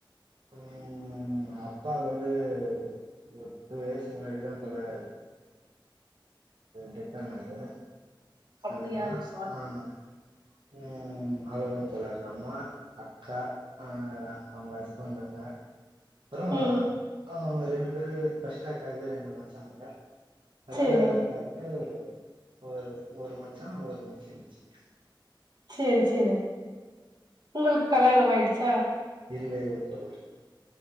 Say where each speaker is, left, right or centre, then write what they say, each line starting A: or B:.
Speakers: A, on the right; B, on the right.
A: உம் அப்பா வந்து ஒரு டூ இயர்ஸ் முன்னாடிதான் தோழர் டெத்தானாரு
B: அப்டியா
A: அதுதான்
B: சாரி
A: ஆஹ் உம் அவ்வளதாங்க தோழர் அம்மா அக்கா அஹ் அவங்க ஹஸ்பண்டுங்க அப்றம்
B: ம்
A: அக்காமரி ரெண்டு பேரு பஸ்ட்டாக்காகிட்டாங்க ரெண்டு மச்சானுக
B: சேரி
A: ரெண்டாவது அக்காவுக்கு ஒரு ஒரு மச்சா ஒரு மச்சினிச்சி
B: சேரி சேரி உங்களுக்கு கல்யாணம் ஆயிடு அச்சா
A: இல்லேயில்ல தோழர்